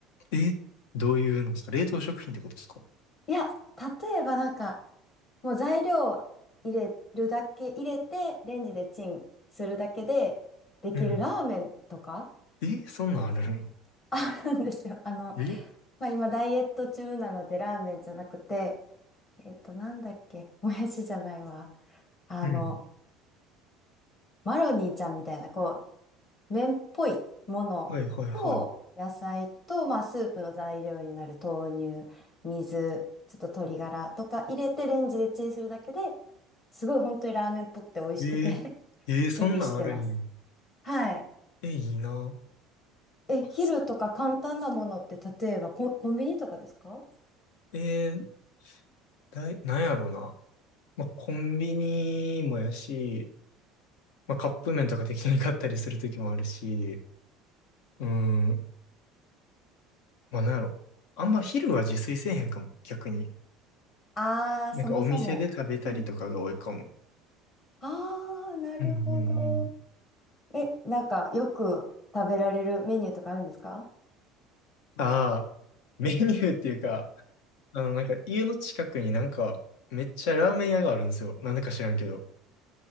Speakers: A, on the left; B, on the left.
A: え、どういうのですか冷凍食品ってことですか
B: いや、例えばなんか、もう材料を入れるだけ、入れて、レンジでチンするだけでできるラーメンとか
A: うんえ、そんなんあるん
B: <laughs> あるんですよ。あの、
A: え
B: まあ、今ダイエット中なのでラーメンじゃなくて、えっと、なんだっけ、もやしじゃないわ。あの、
A: うん。
B: マロニーちゃんみたいな、こう、麺っぽいものと野菜と、
A: はいはいは
B: まあ、スープの材料になる豆乳、水、ちょっと鶏ガラとか入れてレンジでチンするだけですごい本当にラーメンっぽくて美味しくて
A: い。えー、
B: <laughs>
A: えー、そんなんあるんや
B: リピしてます。はい。
A: え、いいな。
B: え、
A: あす
B: 昼とか簡単なものって例えばコン、コンビニとかですか
A: えー、だい、なんやろうな。まあ、コンビニもやし、まあ、カップ麺とか適当に買ったりするときもあるし、うん、まあ、なんやろ。あんま昼は自炊せえへんかも、逆に。
B: ああー、
A: なんかお店で食べたりとかが多いかも。
B: そもそも。うん。ああ、なるほど。
A: うんうんうん。
B: え、なんかよく食べられるメニューとかあるんですか
A: ああ、メニューっていうか、あの、なんか家の近くになんかめっちゃラーメン屋があるんですよ。なんでか知らんけど。